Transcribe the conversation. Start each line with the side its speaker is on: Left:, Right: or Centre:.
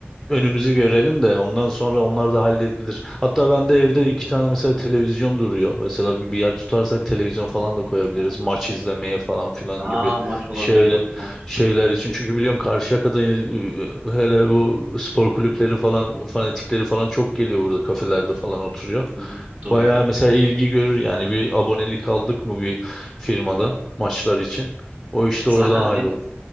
Centre: önümüzü görelim de ondan sonra onlar da halledilir. Hatta ben de evde iki tane mesela televizyon duruyor. Mesela bir bir yer tutarsak televizyon falan da koyabiliriz.
Right: Ha.
Centre: Maç izlemeye falan filan
Right: Aa
Centre: gibi
Right: maç olabilir
Centre: şeyle
Right: bak maç.
Centre: şeyler için. Çünkü biliyorsun Karşıyaka'da e, hele bu spor kulüpleri falan fanatikleri falan çok geliyor burada kafelerde falan oturuyor.
Right: Hı hı. hı. Doğru
Centre: Bayağı
Right: doğru.
Centre: mesela ilgi görür yani bir abonelik aldık mı bir firmadan maçlar için. O işte
Right: Zaten
Centre: oradan hallolur.
Right: biz